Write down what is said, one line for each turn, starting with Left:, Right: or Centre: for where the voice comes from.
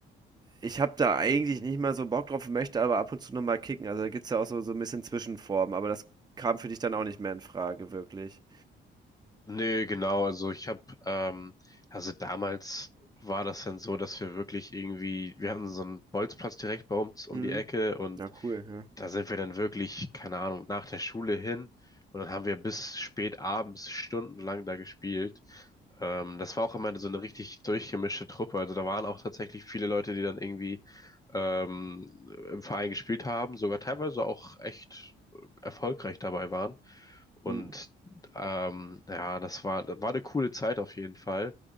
Right: ich habe da eigentlich nicht mal so Bock drauf, möchte aber ab und zu noch mal kicken. Also, da gibt's ja auch so so ein bisschen Zwischenformen, aber das kam für dich dann auch nicht mehr in Frage wirklich.
Left: Nee, genau. Also ich habe, ähm, also damals war das dann so, dass wir wirklich irgendwie, wir hatten so einen Bolzplatz direkt bei uns um
Right: Mhm.
Left: die Ecke und
Right: Ja, cool, ja.
Left: da sind wir dann wirklich, keine Ahnung, nach der Schule hin und dann haben wir bis spät abends stundenlang da gespielt. Ähm, das war auch immer so eine richtig durchgemischte Truppe. Also da waren auch tatsächlich viele Leute, die dann irgendwie ähm, im Verein gespielt haben, sogar teilweise auch echt erfolgreich dabei waren. Und
Right: Mhm,
Left: ähm, ja, das war, war eine coole Zeit auf jeden Fall.